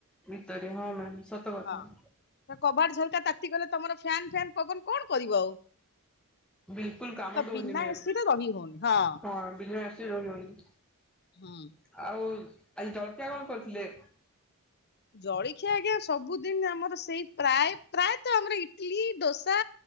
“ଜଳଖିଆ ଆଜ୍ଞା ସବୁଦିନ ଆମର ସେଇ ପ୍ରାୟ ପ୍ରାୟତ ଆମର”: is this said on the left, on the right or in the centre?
Left